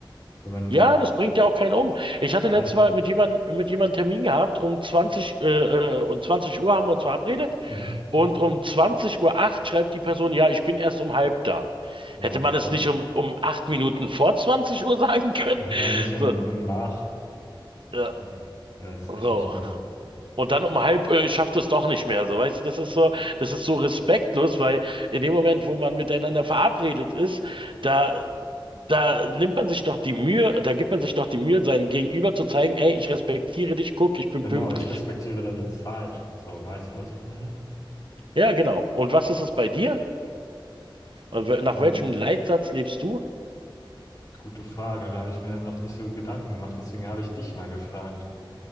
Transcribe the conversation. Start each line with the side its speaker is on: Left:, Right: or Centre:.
Left: wenn man,
Right: Ja, das bringt ja auch keinen um. Ich hatte letztes
Left: ja,
Right: Mal mit jemandem mit jemandem Termin gehabt, um zwanzig äh, äh, um 20 Uhr haben wir uns verabredet
Left: mhm.
Right: und um 20 Uhr acht schreibt die Person, ja, ich bin erst um halb da.
Left: Ja,
Right: Hätte man
Left: toll.
Right: es nicht um, um acht Minuten vor 20 Uhr <laughs> sagen können?
Left: Ja, nicht in,
Right: So,
Left: um nach.
Right: ja,
Left: Ja, das
Right: so.
Left: ist echt nicht gut.
Right: Und dann um halb, äh, schafft es doch nicht mehr. So, weißt du, das ist so, das ist so respektlos, weil in dem Moment, wo man miteinander verabredet ist, da Da nimmt man sich doch die Mühe, da gibt man sich doch die Mühe, seinem Gegenüber zu zeigen, ey, ich respektiere dich, guck, ich bin
Left: Genau,
Right: pünktlich.
Left: ich respektiere deine Zeit. So, weißt du, was ich meine?
Right: Ja, genau. Und was ist es bei dir? Nach
Left: Ähm,
Right: welchem Leitsatz lebst du?
Left: gute Frage, da habe ich mir noch nicht so Gedanken gemacht, deswegen habe ich dich mal gefragt.